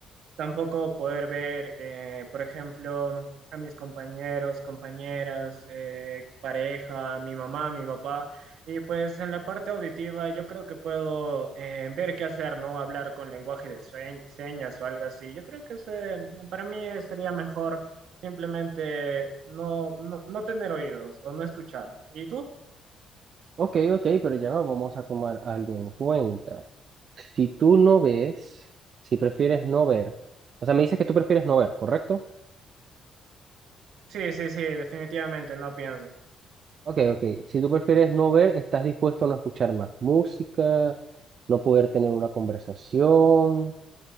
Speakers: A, on the right; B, on the right.
A: Tampoco poder ver, eh, por ejemplo, a mis compañeros, compañeras, eh, pareja, mi mamá, mi papá. Y pues en la parte auditiva yo creo que puedo eh, ver qué hacer, ¿no? Hablar con lenguaje de sue- señas o algo así. Yo creo que ese, para mí sería mejor simplemente no, no, no tener oídos o no escuchar. ¿Y tú?
B: Ok, ok, pero ya vamos a tomar algo en cuenta. Si tú no ves, si prefieres no ver, o sea, me dices que tú prefieres no ver, ¿correcto?
A: Sí, sí, sí, definitivamente no pienso.
B: Ok, ok. Si tú prefieres no ver, estás dispuesto a no escuchar más música, no poder tener una conversación,